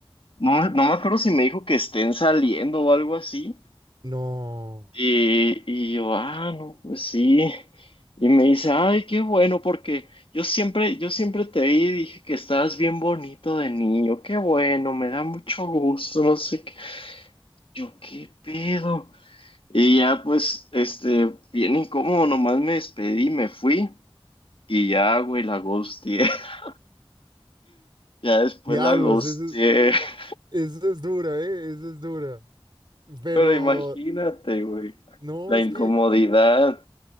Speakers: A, on the left; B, on the right.
A: no, me- no me acuerdo si me dijo que estén saliendo o algo así,
B: No,
A: y, y yo, ah, no, pues sí. Y me dice, ay, qué bueno, porque yo siempre, yo siempre te vi y dije que estabas bien bonito de niño, qué bueno, me da mucho gusto, no sé qué. Yo, qué pedo. Y ya, pues, este, bien incómodo, nomás me despedí, me fui y ya, güey, la ghosteé. <laughs> Ya después
B: diablos,
A: la ghosteé.
B: eso,
A: <laughs>
B: Eso es dura, ¿eh? Eso es dura. Pero
A: Pero imagínate, güey,
B: no,
A: la
B: es
A: incomodidad.
B: que,